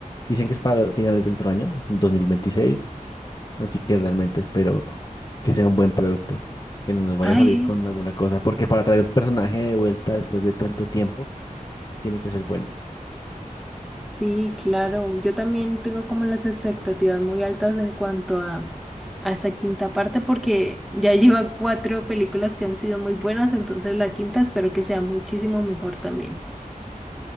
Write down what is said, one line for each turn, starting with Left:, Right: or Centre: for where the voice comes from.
Left: Dicen que es para finales del otro año, es dos mil veintiséis Así que realmente espero que sea un buen producto, que no nos vaya
Centre: Ay,
Left: a salir con alguna cosa, porque para traer un personaje de vuelta después de tanto tiempo, tiene que ser bueno.
Centre: sí, claro. Yo también tengo como las expectativas muy altas en cuanto a, a esa quinta parte porque ya lleva cuatro películas que han sido muy buenas, entonces la quinta espero que sea muchísimo mejor también.